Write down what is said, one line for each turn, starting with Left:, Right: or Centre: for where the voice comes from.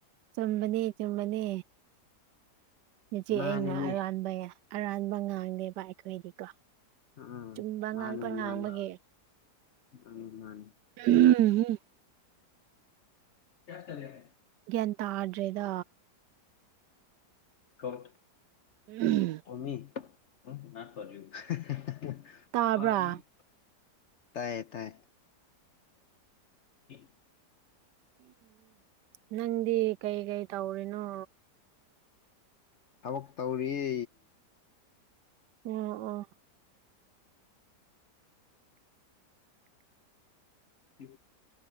Right: ꯆꯨꯝꯕꯅꯦ ꯆꯨꯝꯕꯅꯦ ꯅꯆꯦ
Left: ꯃꯥꯅꯤꯅꯦ
Right: ꯑꯩꯅ ꯑꯔꯥꯟꯕ ꯌꯥ ꯑꯔꯥꯟꯕ ꯉꯥꯡꯗꯦꯕ ꯑꯩꯈꯣꯏꯗꯤꯀꯣ
Left: ꯎꯝ ꯎꯝ
Right: ꯆꯨꯝꯕ
Left: ꯃꯥꯟꯅꯤ
Right: ꯉꯥꯛꯇ ꯉꯥꯡꯕꯒꯤ
Left: ꯃꯥꯟꯅꯤ ꯎꯝ ꯃꯥꯟꯅꯤ
Right: <unintelligible>
Left: ꯒ꯭ꯌꯥꯁ ꯇꯠꯂꯦ
Right: ꯒ꯭ꯌꯥꯟ ꯇꯥꯗ꯭ꯔꯦꯗ
Left: ꯀꯣꯠꯊ
Right: <unintelligible>
Left: ꯑꯣꯃꯤ <unintelligible>
Right: ꯇꯥꯕ꯭ꯔꯥ
Left: ꯇꯥꯏꯌꯦ ꯇꯥꯏꯌꯦ <unintelligible>
Right: ꯅꯪꯗꯤ ꯀꯩ ꯀꯩ ꯇꯧꯔꯤꯅꯣ
Left: ꯊꯕꯛ ꯇꯧꯔꯤꯌꯦ
Right: ꯑꯣ ꯑꯣ
Left: <unintelligible> <unintelligible> <unintelligible>